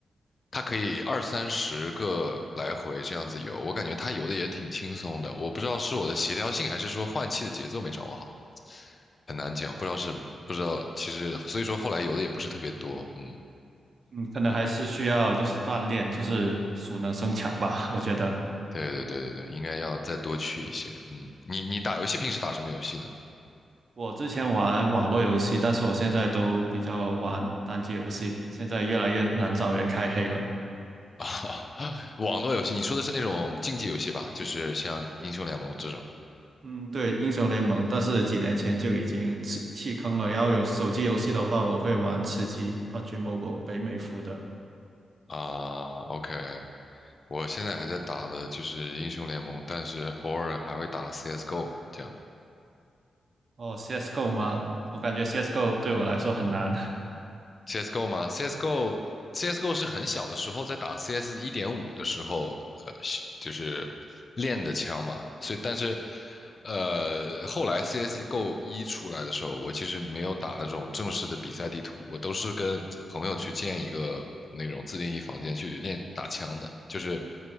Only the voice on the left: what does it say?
他可以二三十个来回这样子游，我感觉他游的也挺轻松的。我不知道是我的协调性，还是说换气的节奏没掌握好，很难讲。不知道是不知道，其实所以说后来游的也不是特别多。嗯，
对对对对对，应该要再多去一些。嗯，你你打游戏平时打什么游戏呢？
<laughs> 啊，网络游戏，你说的是那种竞技游戏吧？就是像英雄联盟这种
啊。OK，我现在还在打的就是英雄联盟，但是偶尔还会打 CS:GO 这样。
CSGO 吗？CSGO CSGO 是很小的时候在打 CS 一点五的时候，呃，是就是练的枪吧。所以，但是，呃，后来 CSGO 一出来的时候，我其实没有打那种正式的比赛地图，我都是跟朋友去建一个那种自定义房间去练打枪的，就是